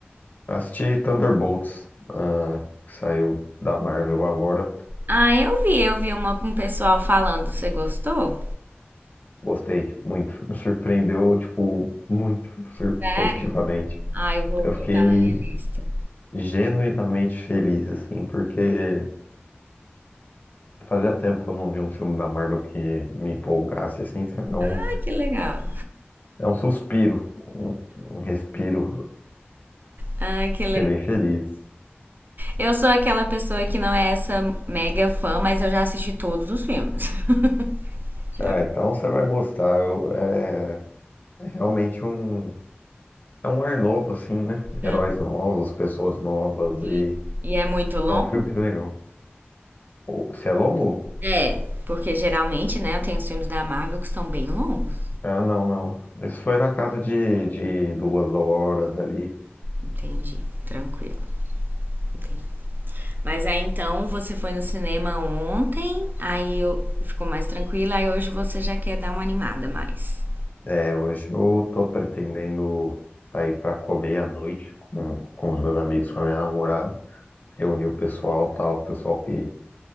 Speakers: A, on the left (about 45°); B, on the right (about 50°).
A: Assisti Thunderbolts, ah, que saiu da Marvel agora.
B: Ah, eu vi, eu vi uma, um pessoal falando. Você gostou?
A: Gostei muito. <laughs> Me surpreendeu, tipo, muito sur-
B: Sério?
A: positivamente.
B: Ah, eu vou
A: Eu
B: botar
A: fiquei
B: na minha lista.
A: genuinamente feliz, assim, porque fazia tempo que eu não vi um filme da Marvel que me empolgasse, assim, sabe? É um,
B: Ai, que legal.
A: é um suspiro, um, um respiro.
B: Ai, que
A: Fiquei
B: legal.
A: bem feliz.
B: Eu sou aquela pessoa que não é essa mega fã, mas eu já assisti todos os filmes. <laughs> Já-
A: Ah, então você vai gostar. Eu- é, é realmente um, é um ar novo, assim, né?
B: já-
A: Heróis novos, pessoas novas
B: E,
A: e
B: e é muito longo?
A: é um filme legal. O- Se é longo?
B: É, porque geralmente, né, eu tenho os filmes da Marvel que são bem longos.
A: Ah, não, não. Isso foi na casa de, de duas horas ali.
B: Entendi. Tranquilo. Entendi. Mas aí então você foi no cinema ontem, aí eu ficou mais tranquila, aí hoje você já quer dar uma animada mais.
A: É, hoje eu tô pretendendo sair pra comer à noite com, com os meus amigos, com a minha namorada, reunir o pessoal, tal, o pessoal que